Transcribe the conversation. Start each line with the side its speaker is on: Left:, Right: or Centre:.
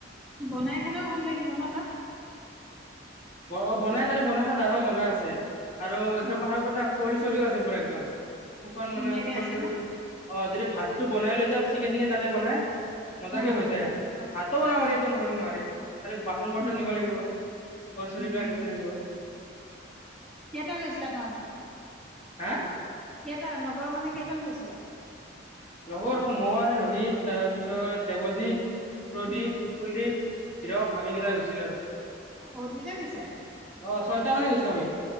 Centre: বনাই খালেও ভাল লাগি ব ন' তাত?
Left: ব- বনায়। তাৰে বনাই খা জাগা মজা আছে। আৰু একদম
Centre: উম,
Left: পাহাৰৰ ওপৰত ন' খৰিচ চৰিও আছে পুৰা একদম। শুকান
Centre: ধুনীয়াকে
Left: মানে খৰি-
Centre: আছে
Left: চৰি।
Centre: ন?
Left: অ' যদি ভাতটো বনাই লৈ যা চিকেন-টিকেন তাতে বনায়। মজাকে
Centre: অ'।
Left: হৈ যায় আৰু। অ' ভাতো বনাব পাৰি। ইতো নহলে নোৱাৰি। খালি বাচন-বৰ্তন
Centre: উম,
Left: নিব লাগিব। চৰিবিলাক
Centre: উম,
Left: আনিব লাগিব।
Centre: কেইটা গৈছিলা তোমালোকে?
Left: হা?
Centre: কেইটা লগৰ মানে কেইজন গৈছিলা?
Left: লগৰ মই, ৰোহিত। তাৰপিছত দেৱজিত প্ৰদীপ,
Centre: উম,
Left: কুলদীপ, হিৰক আমি কেইটা গৈছিলোঁ আৰু।
Centre: বহুত কেইটা গৈছে।
Left: ছয়টামানে গৈছোঁ আমি।